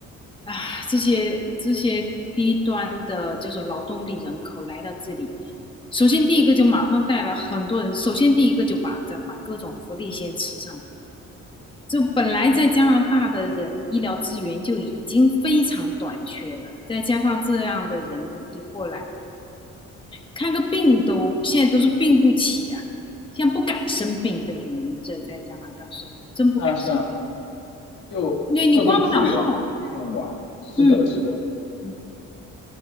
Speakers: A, on the left (about 15°); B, on the left (about 85°).
A: 啊，这些这些低端的，就是劳动力人口来到这里，首先第一个就马上带了很多人，首先第一个就把这把各种福利先吃上。就本来在加拿大的人医疗资源就已经非常短缺了，再加上这样的人一过来，看个病都现在都是病不起啊，现在不敢生病，就是我们这在加拿大生活真不敢生病。
B: 是啊，是啊，就社会资源被用完了。
A: 对你挂不了号，
B: 是的，
A: 嗯，
B: 是的，
A: 嗯，